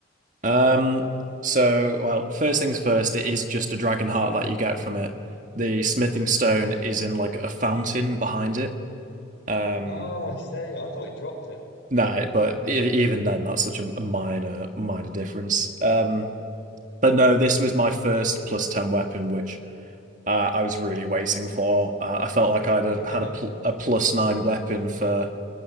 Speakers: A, on the right (about 40°); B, on the left (about 65°).
A: Um, so well, first things first, it is just a dragon heart that you get from it. The smithing stone is in like a fountain behind it. Um,
B: oh I see I thought it dropped it
A: no, but e- even then, that's such a a minor, minor difference. Um, But no, this was my first plus 10 weapon, which uh, I was really waiting for. Uh, I felt like I'd
B: <laughs>
A: uh,
B: yeah
A: had a, pl a plus 9 weapon for